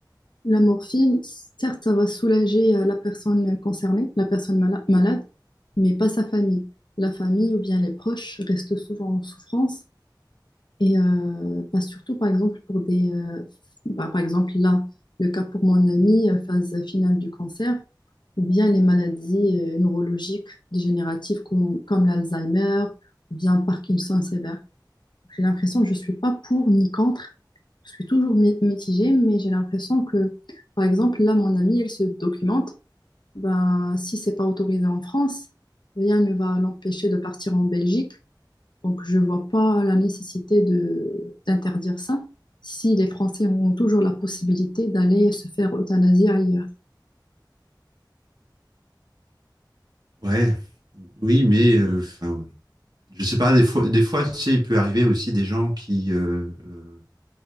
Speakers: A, on the left; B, on the right.
A: La morphine, certes, ça va soulager euh, la personne concernée, la personne mala- malade, mais pas sa famille. La famille ou bien les proches restent souvent en souffrance et euh, bah, surtout, par exemple, pour des, euh, bah, par exemple, là, le cas pour mon ami, euh, phase finale du cancer, ou bien les maladies euh, neurologiques dégénératives com- comme l'Alzheimer, ou bien Parkinson sévère. J'ai l'impression que je ne suis pas pour ni contre. Je suis toujours mé- mitigée, mais j'ai l'impression que, par exemple, là, mon amie, elle se documente. Ben, si c'est pas autorisé en France, rien ne va l'empêcher de partir en Belgique. Donc, je ne vois pas la nécessité de d'interdire ça si les Français auront toujours la possibilité d'aller se faire euthanasier ailleurs.
B: Ouais, oui, mais euh, enfin, je sais pas, des fois, des fois, tu sais, il peut arriver aussi des gens qui euh, euh,